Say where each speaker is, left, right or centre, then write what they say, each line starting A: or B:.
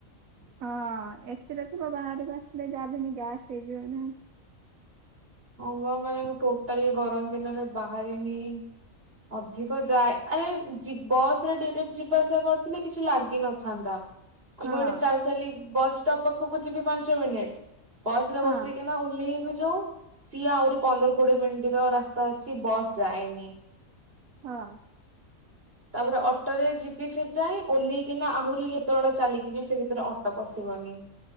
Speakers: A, on the right; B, on the right.
A: ହଁ, ଏସିରେ ଥିବ ବାହାରକୁ ଆସିଲେ ଯାହାବି ହେଲେ ଗ୍ୟାସ୍ ହେଇଯିବ ନା।
B: ହଁ ପା ମାନେ ମୁଁ ଟୋଟାଲି ଗରମ ଦିନରେ ବାହାରିନି। ଅଧିକ ଯାଏ। ଆରେ ବସରେ ଡିରେକ୍ଟ୍ ଯିବା ଆସିବା କରିଥିଲେ କିଛି ଲାଗିିନଥାନ୍ତା ଆ
A: ହଁ
B: ମୁଁ ଗୋଟେ ଚାଲି ଚାଲି ବସ୍ଷ୍ଟପ୍ ପାଖକୁ ଯିବି ପାଞ୍ଚ ମିନିଟ୍। ବସ ରେ
A: ହଁ
B: ବସିକି ଓଲ୍ହେଇକି ଯୋଉ ସିଏ ଆହୁରି ପନ୍ଦର କୋଡିଏ ମିନିଟ ର ରାସ୍ତା ଅଛି ବସ୍ ଯାଏନି।
A: ହଁ
B: ତାପରେ ଅଟୋରେ ଯିବି ସେ ଯାଁ ଓହ୍ଲେଇକି ଆହୁରି କେତେବେଡା ଚାଲିକି ଯିବି ସେ ଭିତରେ ଅଟୋ ପଶିବନି